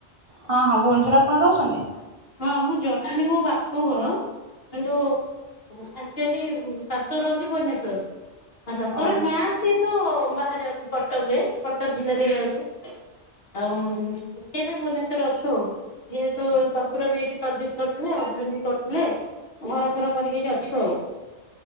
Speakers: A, on the right; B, on the left.
A: ହଁ ହଁ ଭୁବନେଶ୍ୱର ଆପଣ ରହୁଛନ୍ତି।
B: ହଁ ମୁଁ ଜଟଣୀ ମୋ ବାପା ଘର କିନ୍ତୁ ଆଚୁଆଲି ଶାଶୁ ଘର ହଉଛି ଭୁବନେଶ୍ୱର ଶଶୁର
A: ଓହୋ
B: ଗାଁ ସେ ତ ବାହାରେ ଯାଉଛି କଟକ ରେ କଟକ ଜିଲ୍ଲାରେ ଯାଉଛି। ଆଉ କେବେ ଭୁବନେଶ୍ଵର ଅଛୁ ଆଉ ଯେହେତୁ। ର ଏଇଠି ସର୍ଭିସ୍ କରିଥିଲେ ହଜବେଣ୍ଡ ବି କରିଥିଲେ ଘର ଫର କରିକି ଏଠି ଅଛି ଆଉ।